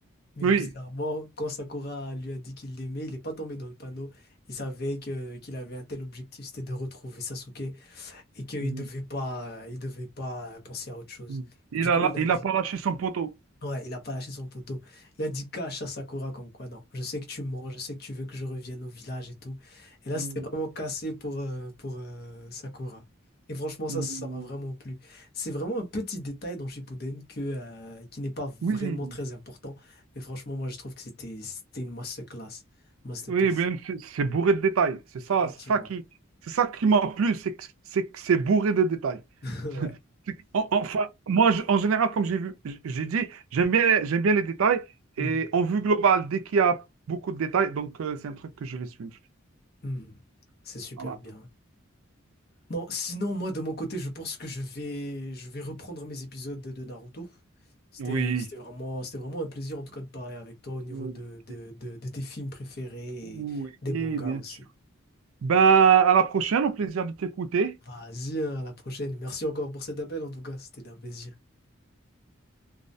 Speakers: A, on the left; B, on the right.
A: Mais
B: Oui.
A: bizarrement, quand Sakura lui a dit qu'il l'aimait, il n'est pas tombé dans le panneau. Il savait que qu'il avait un tel objectif, c'était de retrouver Sasuke et qu'il
B: Mhm.
A: devait pas, il devait pas penser à autre chose.
B: Mhm. Il
A: Du
B: a,
A: coup,
B: la-
A: il a
B: il
A: dit,
B: a pas lâché son poteau.
A: ouais, il a pas lâché son poteau. Il a dit cache à Sakura comme quoi, non, je sais que tu mens, je sais que tu veux que je revienne au village et tout. Et là,
B: Mhm.
A: c'était vraiment cassé pour, euh, pour euh, Sakura. Et franchement, ça,
B: Oui.
A: ça m'a vraiment plu. C'est vraiment un petit détail dans Shippuden que, euh, qui n'est pas vraiment
B: Oui.
A: très important. Mais franchement, moi, je trouve que c'était, c'était une masterclass, masterpiece.
B: Oui, bien, c'est c'est bourré de détails. C'est ça,
A: Effectivement.
B: c'est ça qui, c'est ça qui m'a plu, c'est que c'est que c'est bourré de détails.
A: <laughs> Ouais.
B: C'est que- en- Enfin, moi, je- en général, comme j'ai vu, j- j'ai dit, j'aime bien, j'aime bien les détails
A: Mhm.
B: et en vue globale, dès qu'il y a beaucoup de détails, donc euh, c'est un truc que je vais suivre.
A: Mhm. C'est super
B: Voilà.
A: bien. Bon, sinon, moi, de mon côté, je pense que je vais, je vais reprendre mes épisodes de Naruto. C'était,
B: Oui.
A: c'était vraiment, c'était vraiment un plaisir, en tout cas, de parler avec toi au niveau
B: Ok.
A: de, de, de, de tes films préférés
B: Oui,
A: et des mangas
B: bien
A: aussi.
B: sûr. Ben, à la prochaine, au plaisir de t'écouter.
A: Vas-y, hein, à la prochaine. Merci encore pour cet appel, en tout cas. C'était un plaisir.